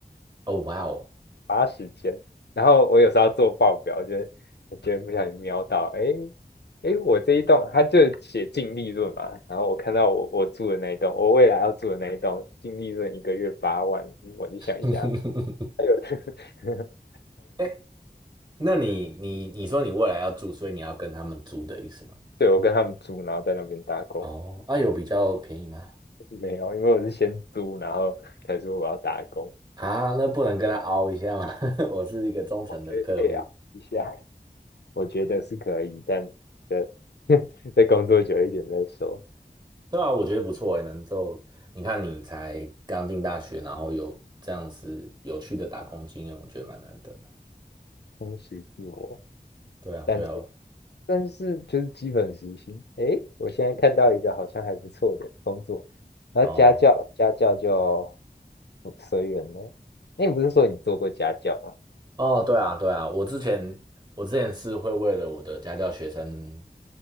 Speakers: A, on the right (about 25°); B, on the left (about 90°).
A: 哦，哇哦，
B: 花时间。然后我有时候要做报表，就是我觉得不小心瞄到，哎哎，我这一栋它就写净利润嘛，然后我看到我我住的那一栋，我未来要住的那一栋净利润一个月八万，嗯我就想一下，
A: <laughs>
B: 哎呦，<laughs>
A: 哎，那你你你说你未来要住，所以你要跟他们租的意思吗？
B: 对我跟他们租，然后在那边打工，
A: 哦，啊，有比较便宜吗？
B: 没有，因为我是先租，然后才说我要打工，
A: 啊，那不能跟他凹一下吗？<laughs> 我是一个忠诚的客户。
B: 我觉得可以啊，一下，我觉得是可以，但就 <laughs> 再工作久一点再说，
A: 对啊，我觉得不错欸，能够你看你才刚进大学，然后有这样子有趣的打工经验，我觉得蛮难得的。
B: 充实自我。
A: 对啊，
B: 但。
A: 对啊，
B: 但是就是基本时薪。诶，我现在看到一个好像还不错的工作，然后家教家教就
A: 哦。
B: 不随缘了。那你不是说你做过家教吗？
A: 哦，对啊，对啊，我之前我之前是会为了我的家教学生